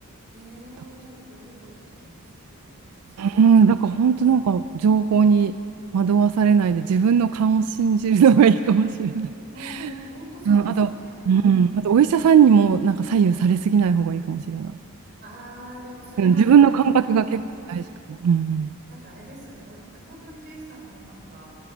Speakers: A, on the right (about 45°); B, on the right (about 80°).
A: え
B: だ、
A: えちょっといいこと聞きました。その、そっか。
B: うん、だから本当なんか情報に惑わされないで自分の勘を信じるのがいいかもしれない。
A: うーん、ほんとそうですね。
B: うん、あと、うん、あとお医者さんにもなんか左右されすぎない方がいいかもしれない。
A: ああ、でもそれは、
B: うん、自分の感覚が結構大事かも。
A: お、うんうん。
B: うんうん、
A: なんかあれですよね。お、あ、本当に獣医さんもなんか、